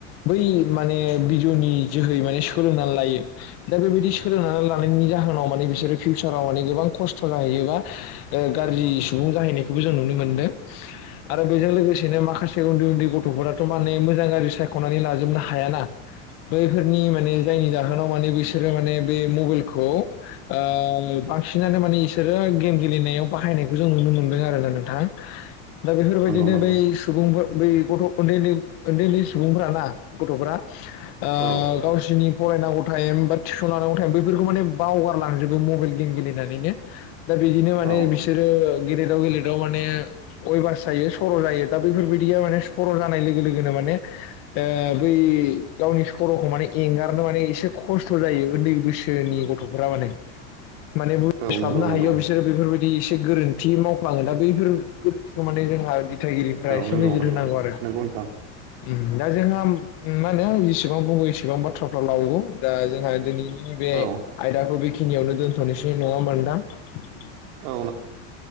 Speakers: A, on the left; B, on the right.
A: बै माने बिजनि जोहै माने सोलोंनानै लायो दा बेबायदि सोलोंना थानानै लानायनि लानायनि जाहोनाव बिसोरो फिउसारा मानि गोबां खस्थ जाहैयो ब्ला ओ गारजि सुबुं जाहैनायखौबो जों नुनो मोनदों आरो बेजों लोगोसेनो माखासे उन्दै उन्दै गथ'फोराथ' माने मोजां गाज्रि सायख'नानै लाजोबनो हायाना। बैफोरनि माने जायनि जाहोनाव माने बिसोरो माने बे मबाइलखौ ओ बांसिनानो माने इसोरो गेम गेलेनायाव बाहायनाय खौ जों नुनो मोनदों आरो ना नोंथां। दा बेफोरबायदिनो
B: नंगौ
A: बै सुबुंफोर बै गथ' उन्दैन्दै उन्दै-उन्दै सुबुंफ्राना गथ'फ्रा ओ
B: औ
A: गावसिरनि फरायनांगौ टाइम बा टिउसन लानांगौ टाइम बेफोरखौ माने बावगारलांजोबो मबाइल गेम गेलेनानैनो दा बे दिनो माने
B: औ
A: बिस सोरो गेलेदाव गेलेदाव माने अयभास जायो सर' जायो दा बेफोरबायदिया माने सर' जानाय लोगोनो माने ओ बै गावनि सर'खौ माने एंगारनो मान एसे खस्थ' जायो उन्दै बैसोनि गथ'फोरा माने माने बुस्लाबनो
B: औ नंगौ नंगौ
A: हायो बिसोरो बेफोरबायदि एसे गोरोन्थि मावफ्लाङो दा बैफोर गोरोन्थिखौ माने जोंहा दिथाइागिरिफ
B: औ
A: एसे
B: नंगौ
A: नोजोर
B: नंगौ
A: होनांगौ आरो।
B: नंगौ नोंथां
A: उम' दा जोंहा मा होनो जेसेबां बङो एसेबां बाथ्राफ्रा लवो दा जोंहा दि नैनि बे
B: औ
A: आयदाखौ बेखिनियावनो दोनथ'नोसै नङा होमबान नोंथां।
B: औ।